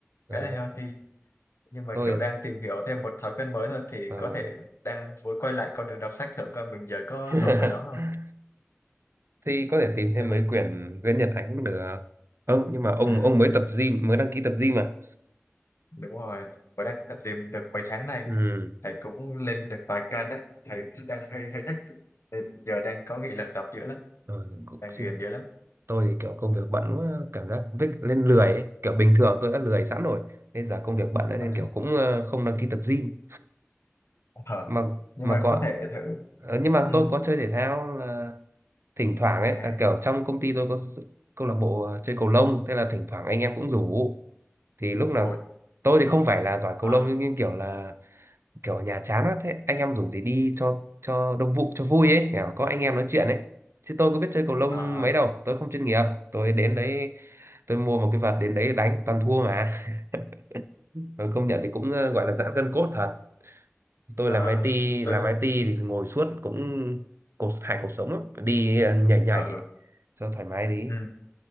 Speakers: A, on the right; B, on the left.
A: ờ,
B: khá là healthy nhưng mà
A: tôi
B: kiểu đang tìm hiểu thêm một thói quen mới thôi thì
A: ờ.
B: có thể đang muốn quay lại con đường đọc sách thử coi mình giờ có
A: <laughs>
B: hợp với nó không
A: thì có thể tìm thêm
B: Đây, Huy.
A: mấy quyển Nguyễn Nhật Ánh cũng được. Ừ, nhưng mà ông
B: ừ,
A: ông mới tập gym mới đăng ký tập gym mà
B: đúng rồi và đang tập gym được mấy tháng nay
A: Ừ.
B: thầy cũng lên được vài cân đấy thầy đang hơi hơi thích nên giờ đang có nghị lực tập dữ lắm
A: Rồi, cũng,
B: đang
A: chứ
B: ghiền dữ lắm
A: tôi thì kiểu công việc bận quá, cảm giác vích lên lười ấy. Kiểu bình thường tôi đã lười sẵn rồi nên giờ công việc bận nữa nên
B: <laughs>
A: kiểu cũng ờ, không đăng ký tập gym
B: Ờ,
A: mà
B: nhưng
A: mà
B: mà
A: có
B: có thể thử
A: ờ, nhưng mà
B: ừ.
A: tôi có chơi thể thao là thỉnh thoảng ấy
B: à
A: là kiểu trong công ty tôi có s- câu lạc bộ ờ, chơi cầu lông thế là thỉnh thoảng anh em cũng rủ thì lúc nào
B: ôi
A: tôi thì không phải là giỏi cầu
B: ờ
A: lông nhưng nhưng kiểu là kiểu ở nhà chán quá thế anh em rủ thì đi cho cho đông vụ cho vui ấy kiểu có anh em nói chuyện ấy chứ tôi có biết chơi cầu lông
B: ờ
A: mấy đâu tôi không chuyên nghiệp tôi đến đấy tôi mua một cái vợt đến đấy đánh toàn thua mà <laughs> rồi công nhận thì cũng ờ, gọi là giãn gân cốt thật tôi
B: ờ
A: làm IT
B: tôi
A: làm IT thì ngồi suốt cũng cột hại cuộc sống lắm đi ờ, nhảy nhảy
B: ờ
A: cho thoải mái đi
B: ừ.